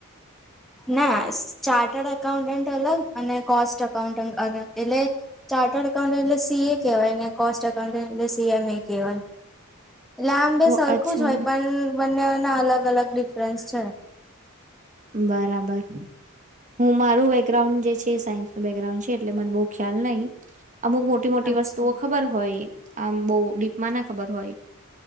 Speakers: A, in the centre; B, on the right (about 35°).
A: ના ચાર્ટડ અકાઉન્ટન્ટ અલગ અને કોસ્ટ અકાઉન્ટન્ટ અલગ એટલે ચાર્ટર્ડ અકાઉન્ટન્ટ એટલે સી એ કહેવાય ને કોસ્ટ અકાઉન્ટન્ટ એટલે <unintelligible> એ કહેવાય. <unintelligible>
B: ઓ
A: સરખું
B: અચ્છા
A: જ હોય પણ બંને ના અલગ અલગ ડિફરન્સ છે.
B: બરાબર હું મારું બેગ્રાઉન્ડ જે છે, એ સાયન્સ નું બેગ્રાઉન્ડ છે, એટલે મને બો ખ્યાલ <unintelligible> અમુક મોટી મોટી
A: અચ્છા
B: વસ્તુઓ ખબર હોય. આમ બહુ ડીપમાં ના ખબર હોય.